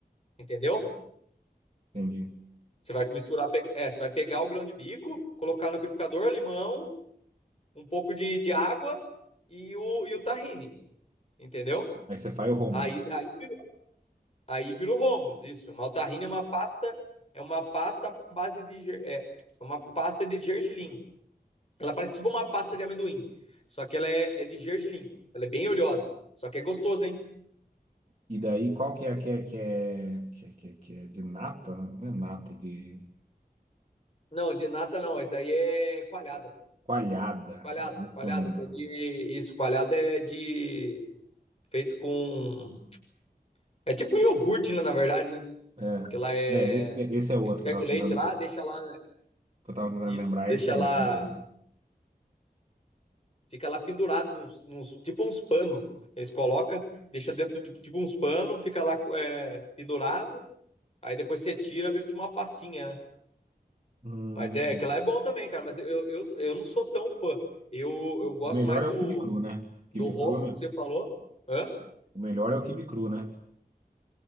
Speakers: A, on the left; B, on the right.
A: entendeu?
B: entendi.
A: Você vai misturar, pe- é, você vai pegar o grão de bico, colocar no liquidificador, limão, um pouco de, de água e o, e o tahine, entendeu?
B: Aí você faz o hummus.
A: Aí aí virou, aí virou romos isso. Mas o tahine é uma pasta, é uma pasta à base de ger- é, é uma pasta de gergelim. Ela parece tipo uma pasta de amendoim. Só que ela é, é de gergelim. Ela é bem oleosa. Só que é gostoso, hein?
B: E daí, qual que é a que é, que é, que é, que é, que é de nata, né? Não é nata, é de
A: Não, de nata não. Essa aí é coalhada.
B: coalhada.
A: Coalhada,
B: É isso
A: coalhada,
B: que eu não lembro.
A: que é de. Isso, coalhada é de. Feito com. É tipo um iogurte, né, na verdade, né?
B: É,
A: Que ela é.
B: é esse, esse é outro
A: Eles pegam
B: que eu tava
A: o leite
B: tentando,
A: lá, deixa lá, né?
B: que eu tava tentando
A: Isso,
B: lembrar,
A: deixa
B: é esse aí.
A: lá.
B: Olha.
A: Fica lá pendurado nos, nos tipo uns panos. Eles colocam, deixa dentro de tipo uns panos, fica lá é, pendurado. Aí depois você tira, vira tipo uma pastinha, né?
B: Hum,
A: Mas é que lá é bom também, cara. Mas eu, eu, eu não sou tão fã. Eu, eu gosto
B: o melhor
A: mais
B: é
A: do,
B: o quibe cru, né? Quibe
A: do Romo
B: cru, é o melhor
A: que você falou. Hã?
B: o melhor é o quibe cru, né?